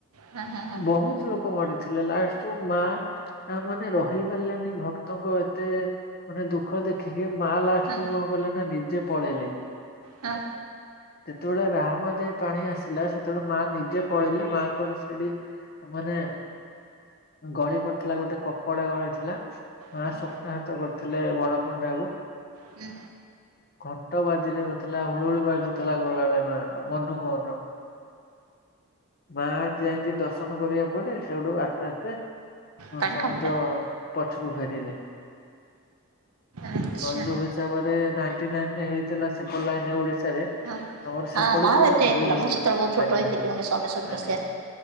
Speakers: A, on the right (about 80°); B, on the left (about 45°).
A: ହଁ ହଁ ହଁ
B: ବହୁତ ଲୋକ ମରିଥିଲେ ଲାଷ୍ଟରୁ ମା ଆ ମାନେ ରହି ପାରିଲାନି ଭକ୍ତଙ୍କ ଏତେ ମାନେ ଦୁଃଖ ଦେଖ ସିଏ ମା ଲାଷ୍ଟ
A: ହଁ
B: କୁ କଣ କଲେ ନା ନିଜେ ପଳେଇଲେ।
A: ହଁ
B: ସେତେବେଳେ ରାହା ମ ପାଣି ଆସିଲ ସେ ତେବେୁ ମା ନିଜେ ପଳେଇଲେ ମା କହିଲ ସେଠି ମାନେ ଗଳି ପଡିଥିଲା ଗୋଟେ କପଡା ଗଳି ଥିଲା ମା
A: ହୁଁ
B: ସ୍ୱପ୍ନ ହାତ କରିଥିଲେ ବଡ ପଣ୍ଡାକୁ
A: ହୁଁ
B: ଘଣ୍ଟ ବାାର ରେ ନଥିଲା ହୁଳୁଳି ବାଜଥିଲା ଗଲାଣି ମା ମନୁ କହ ମା ଯାଇକି ଦର୍ଶନ କରିବାକୁ ପେ ସେଗଠକୁ ଆସ୍ତେ
A: ପାଣି
B: ସମୁଦ୍ର
A: କମିଲା
B: ପଛକୁ ଫେରିଲେ
A: ଆଚ୍ଛା
B: ଯୋଉ ହିସାବରେ ନାଇ ନାଇ ହେଇଥିଲା ସେ ପଶ ରେ
A: ହଁ ହଁ
B: ଆମର ସେପଟୁ
A: ମହାବାତ୍ୟା
B: ପୁରା ଧୋଇ
A: ହେଇଥିଲା
B: ହେଇଯାଇଥିଲା
A: ମୁଁ ସେତେବେଳେ ବହୁତ ଛୋଟ
B: ଆଜ୍ଞା
A: ହେଇଥିଲି ଉଣେଇଶହ ଅନେଶତ ମସିହାରେ
B: ଆଞା।